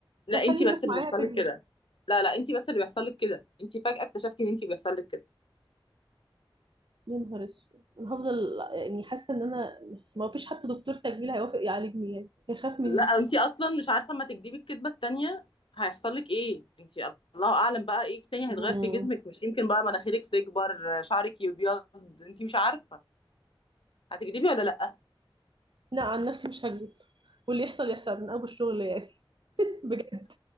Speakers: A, on the left; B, on the right.
A: لا
B: طب خلي
A: انتي
B: الناس
A: بس اللي
B: معايا
A: بيحصل
B: تكذب
A: لك كده لا لا انتي بس اللي بيحصل لك كده انتي فجأة اكتشفتي ان انتي بيحصل لك كده
B: يا نهار اسود انا هفضل يعني حاسه ان انا ما فيش حتى دكتور تجميل هيوافق يعالجني يعني هيخاف مني
A: لا انتي اصلا مش عارفة اما تكدبي الكدبة التانية هيحصل لك ايه انتي الله اعلم بقى ايه تاني
B: مم.
A: هيتغير في جسمك مش يمكن بقى مناخيرك تكبر شعرك يبيض انتي مش عارفة هتكدبي ولا لا
B: لا عن نفسي مش هكذب واللي يحصل يحصل من ابو الشغل يعني <laughs> بجد